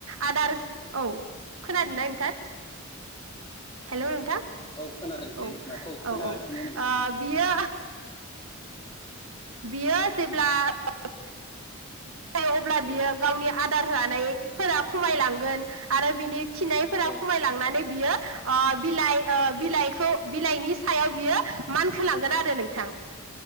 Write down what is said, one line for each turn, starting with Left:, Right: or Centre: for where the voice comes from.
Right: आदारस औ खोनादों ना नोंथां। हेलौ नोंथां
Left: औ औ औ खोनादों
Right: औ
Left: थारैनो खोनादों
Right: औ
Left: खोनागासिनो
Right: औ ओ
Left: नोंथां
Right: बियो बियो जेब्ला ओ अब्ला बियो
Left: औ
Right: गावनि आ अदार जानायफोरा खमायलांगोन आरो बिनि खिनायफोरा
Left: औ
Right: खमायलांनानै बियो ओ बिलाइ ओ बिलाइखौ
Left: औ
Right: बिलाइनि सायाव बियो मानखोलांगोन आरो नोंथां।